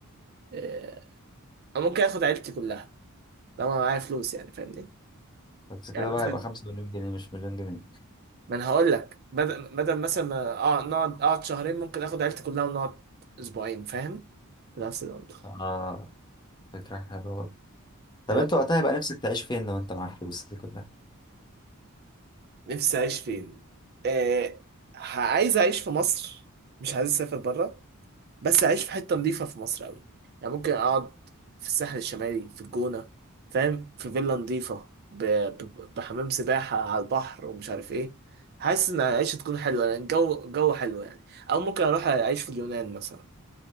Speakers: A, on the right (about 45°); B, on the left (about 20°).
A: آه، أو ممكن آخد عيلتي كلها طالما معايا فلوس يعني فاهمني
B: بس كده
A: يعني
B: بقى
A: مثلا
B: يبقى 5 مليون جنيه مش مليون جنيه
A: ما انا هقول لك بدل بدل مثلا ما اه نقعد اقعد شهرين ممكن اخد عيلتي كلها ونقعد اسبوعين فاهم نفس المنطق
B: اه فكره حلوه برضه. طب
A: تمام
B: انت وقتها يبقى نفسك تعيش فين لو انت معاك الفلوس دي كلها
A: نفسي اعيش فين آه ه- عايز اعيش في مصر مش عايز اسافر بره بس اعيش في حته نظيفه في مصر قوي يعني ممكن اقعد في الساحل الشمالي في الجونه فاهم في فيلا نظيفه ب... ب... بحمام سباحه على البحر ومش عارف ايه حاسس ان العيشه تكون حلوه لأن الجو جو حلو يعني او ممكن اروح اعيش في اليونان مثلا